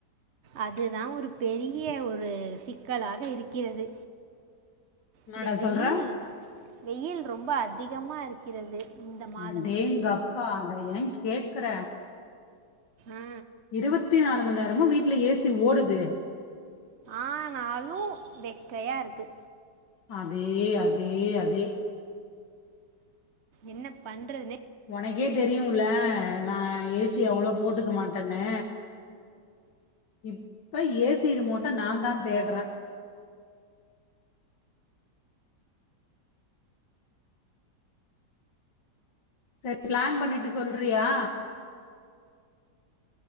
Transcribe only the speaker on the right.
அதுதா ஒரு பெரிய ஒரு சிக்கலாக இருக்கிறது
இந்த வெயில்
வெயில் ரொம்ப அதிகமா இருக்கிறது இந்த மாதம்
ஆ
ஆனாலு வெக்கையா இருக்கு
என்ன பண்றதுனே